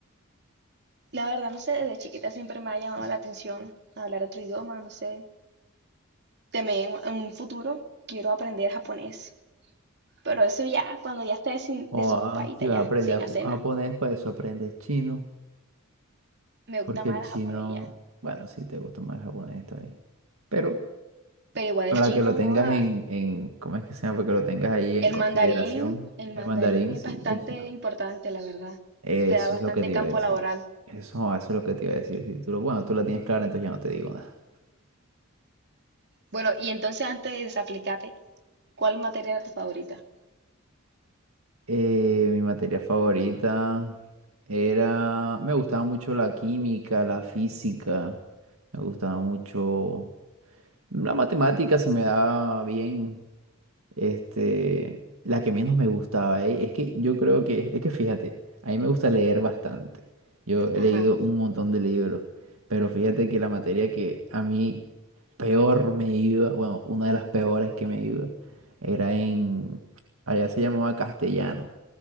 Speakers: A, on the right (about 55°); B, on the right (about 80°).
A: La verdad, no sé, desde chiquita siempre me ha llamado la atención hablar otro idioma, no sé. También en un futuro quiero aprender japonés, pero eso ya, cuando ya esté sin,
B: O
A: desocupadita
B: ah, si vas
A: ya,
B: a aprender
A: sin hacer
B: jap- japonés,
A: nada.
B: para eso aprendes chino,
A: Me gusta
B: porque
A: más
B: el chino,
A: el japonés ya.
B: bueno, sí te gusta más el japonés, está bien. Pero
A: Pero igual
B: para
A: el chino,
B: que lo tengas
A: joda.
B: en, en, ¿cómo es que se llama? Para que lo tengas ahí en
A: El
B: consideración,
A: mandarín, el mandarín
B: el mandarín,
A: es
B: sí,
A: bastante
B: el chino.
A: importante, la verdad.
B: Eso
A: Te da bastante
B: es lo que te
A: campo
B: iba a decir.
A: laboral.
B: Eso, eso es lo que te iba a decir. Si tú lo- bueno, tú la tienes clara, entonces ya no te digo nada.
A: Bueno, y entonces antes de desaplicarme, ¿cuál materia era tu favorita?
B: Eh, mi materia favorita era, me gustaba mucho la química, la física, me gustaba mucho la matemática, se me daba bien. Este, la que menos me gustaba, eh, es que yo creo que, es que fíjate, a mí me gusta leer bastante. Yo he
A: Ajá.
B: leído un montón de libros, pero fíjate que la materia que a mí peor me iba, bueno, una de las peores que me iba, era en, allá se llamaba castellano